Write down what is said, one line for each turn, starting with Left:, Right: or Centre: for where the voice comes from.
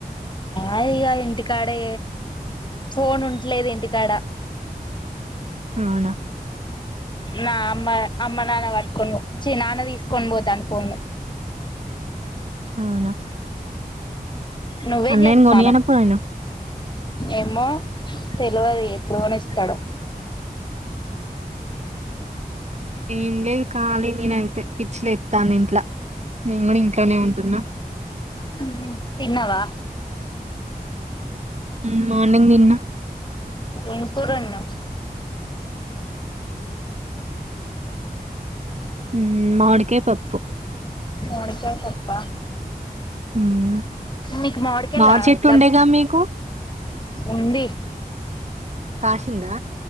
Left: ఆ ఇగ ఇంటి కాడే ఫోన్ ఉంట్లేద్ ఇంటికాడ
Right: అవునా
Left: నా అమ్మ అమ్మ నాన్న పట్టుకొని చ్చి నాన్న తీసుకొన్ పోతండు ఫోను
Right: అవునా
Left: నువేమ్
Right: అన్నయ్యని
Left: చేత్తనవ్
Right: కొనియనపోయాను
Left: ఏమ్మో తెలువది ఎప్పుడుకొనిస్తాడో
Right: ఏం లేదు కాలి నేనైతే పిచ్చిలేత్తంది ఇంట్ల నేన్ గూడా ఇంట్లనే ఉంటున్నా
Left: మ్మ్ ఉహ్మ్ తిన్నవా
Right: మ్మ్ మార్నింగ్ తిన్న
Left: ఏం కూర వొండినావ్
Right: ఉమ్మ్ మామిడికాయ పప్పు
Left: మామిడికాయ పప్ప
Right: ఉమ్,
Left: మీకు మావిడికయల్
Right: మామిడి
Left: ఆ
Right: చెట్టు
Left: దబ్
Right: ఉండేగా మీకు
Left: ఉంది
Right: కాసిందా